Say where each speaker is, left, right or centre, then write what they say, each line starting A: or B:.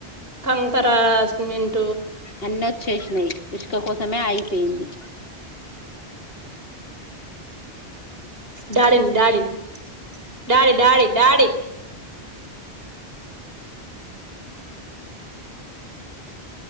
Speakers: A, on the right; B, on the left.
A: కంకరా సిమెంట్
B: అన్నీ వచ్చేసినాయి ఇసుక కోసమే ఆగిపోయింది
A: డాడిన్ డాడిని డాడి డాడి డాడి